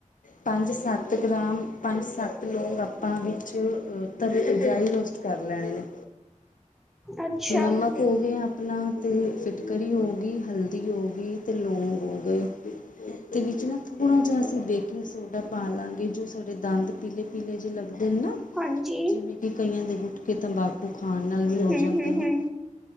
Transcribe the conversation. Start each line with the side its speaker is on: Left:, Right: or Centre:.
Left: ਪੰਜ ਸੱਤ ਗ੍ਰਾਮ, ਪੰਜ ਸੱਤ ਲੋਕ ਆਪਾਂ ਵੀਚ ਤਵੇ ਤੇ ਡਰਾਈ ਰੋਸਟ ਕਰ ਲੈਣੇ ਨੇ।
Centre: ਅੱਛਾ
Left: ਨਮ ਹੋ ਗੇਆ ਆਪਣਾ ਅਤੇ ਫਿਟਕਰੀ ਹੋ ਗੀ ਹਲਦੀ ਹੋ ਗੀ ਤੇ ਲੌਂਗ ਹੋ ਗਏ ਦੇ ਵਿੱਚ ਨਾ ਥੋੜਾ ਜੇਆ ਅਸੀਂ ਬੇਕਿੰਗ ਸੋਡਾ ਪਾ ਲਾਗੇ ਜੋ ਸਾਡੇ ਦੰਦ ਪੀਲੇ-ਪੀਲੇ ਜੇ ਲੱਗਦੇ ਨੇ ਨਾ।
Centre: ਹਾਂਜੀ?
Left: ਕੀ ਕਈਆਂ ਦੇ ਗੁੱਟਕੇ, ਤੰਬਾਕੂ ਖਾਣ ਨਾਲ ਵੀ ਹੋ
Centre: ਹਮ
Left: ਜਾਂਦੇ
Centre: ਹਮ
Left: ਨੇ।
Centre: ਹਮ